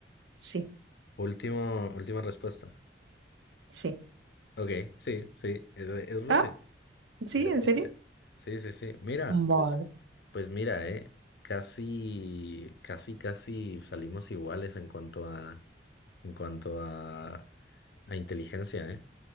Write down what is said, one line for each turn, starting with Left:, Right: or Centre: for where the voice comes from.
Right: Sí,
Left: Último, última respuesta.
Right: sí.
Left: Ok, sí, sí, es, es Rusia.
Right: Ah, sí,
Left: Es Rusia.
Right: ¿en serio?
Left: Sí, sí, sí. Mira,
Right: vale.
Left: pues, pues mira, eh, casi, casi, casi salimos iguales en cuanto a, en cuanto a, a inteligencia, eh.